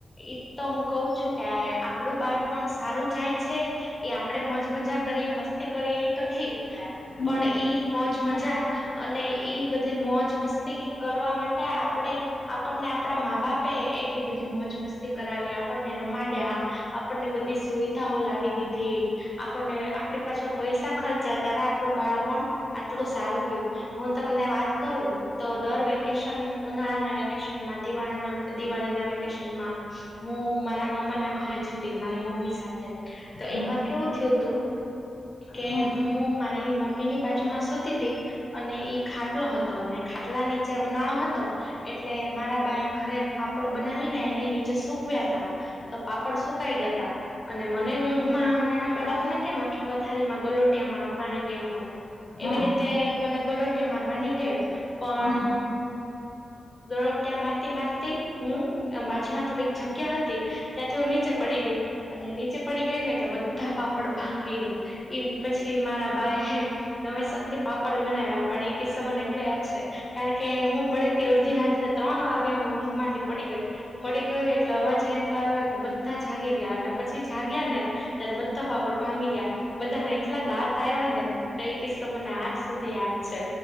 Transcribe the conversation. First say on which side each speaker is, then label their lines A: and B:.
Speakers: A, on the left (about 25°); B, on the left (about 70°).
A: એ તો હું કઉ છું કે આપડું બાળ પણ સારું જાય છે એ આપડે મોજ મજા કરીએ મસ્તી કરીએ તો ઠીક
B: હમ
A: પણ ઈ મોજ મજા અને ઈ બધી મોજ મસ્તી કરવા માટે આપણેે આપણને આપણા મા બાપે એટલી બધી મોજ મસ્તી કરાવી આપણને રમાડ્યા આપણને બધી સુવિધાઓ લાવી દીધી આપણને આપડી પાછળ પૈસા ખર્ચા ત્યારે આપડો બાળપ આટલો સારો ગયો હું તમને વાત કરું તો દર વેકેશન ઉનાળાના વેકેશન દિવા દિવાળી ના વેકેશનમાં હું મારા મામા ના ઘરે જ હતી મારી મમ્મી સાથે તો
B: હમ
A: એક વાર કેવું થયું તું કે
B: હમ
A: હું હું મારી મમ્મી ની બાજુ માં સુતી હતી અને ઈ ખાટલો હતો ખાટલા નીચે ઉનાળો હતો એટલે મારા ્પા એ ઘરે પાપડ બનાવીને એને નીચે સુક્યા તા તો પાપડ સુકાઈ ગયા તા અને મને ઊંઘમાં નાના બાળકને કેમ આખી પથારીમાં ગલોટિયા મારવાની ટેવ હોય
B: હમ
A: એવી રીતે મને ગોલોટીિયા મારવાની ટેવ પણલો
B: હમ
A: ત્યાં મારતી મારતી હું બાજુમાં થોડીક જગ્યા હતી ત્યાંથી હું નીચે પડી ગય અને નીચે પડી ગઈ ને એટલે બધા પાપડ ભાંગી ગયા એમ પછી મારા બાાય નમે સતથી પાપડું બનાવ્યા પણ એ કિસ્સા મને એટલો યાદ છે કારણ કે હું પડીે ત અડધી રાત્ર ત્રણ વાગે હું ઊંઘ માંથી પડી ગઈ પડી ગયોટ એટલે અવાજ એટલા આવ એટલે બધા જાગી ગયા અને પછી જાગ્યા ને ત્યારે બધા પાપડ ભાંગી ગયા બધાને એટલા દાંત આવ્યા ને તો એ કિસ્સા મને આજ સુધી યાદ છે